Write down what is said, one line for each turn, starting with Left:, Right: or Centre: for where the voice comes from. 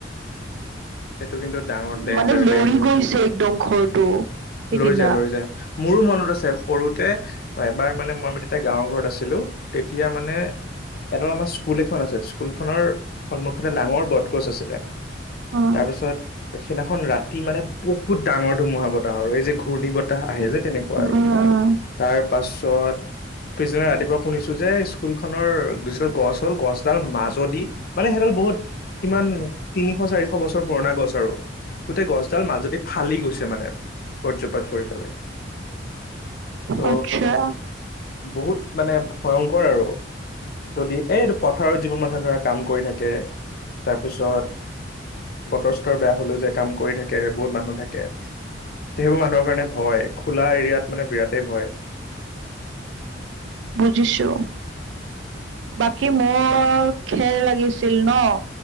Left: সেইটো কিন্তু ডাঙৰ ডেঞ্জাৰ
Right: মানে লৰি
Left: দে বহুত
Right: গৈছে একদম ঘৰটো সিদিনা
Left: লৈ যায় লৈ যায় মোৰো মনত আছে সৰুতে এবাৰ মানে মই তেতিয়া গাঁৱৰ ঘৰত আছিলো তেতিয়া মানে এডাল আমাৰ স্কুল এখন আছিল স্কুলখনৰ সন্মুখতে ডাঙৰ বটগছ আছিলে।
Right: উম
Left: তাৰ পিছত সেইদিনাখন ৰাতি মানে বহুত ডাঙৰ ধুমুহা বতাহ আৰু এই যে ঘূৰ্ণী বতাহ আহে যে তেনেকুৱা
Right: উম
Left: আৰু
Right: উম
Left: তাৰ পাছত পিছদিনা ৰাতিপুৱা শুনিছো যে স্কুলখনৰ যিডাল গছ হ'ল গছডাল মাজদি মানে সেইডাল বহুত কিমান তিনিশ চাৰিশ বছৰ পুৰণা গছ আৰু। গোটেই গছডাল মাজদি ফালি গৈছে মানে ব্ৰজপাত পৰি পেলাই। ত'
Right: আতচ্ছা
Left: বহুত মানে ভয়ংকৰ আৰু যদি এই পথাৰত যিবোৰ মানুহে ধৰা কাম কৰি থাকে তাৰপিছত বতৰ চতৰ বেয়া হলো যে কাম কৰি থাকে বহুত মানুহ থাকে যেইবোৰ মানুহৰ কাৰণে ভয় খোলা এৰিয়াত মানে বিৰাটেই ভয়।
Right: বুজিছো। বাকী মোৰ খেৰ লাগিছিল ন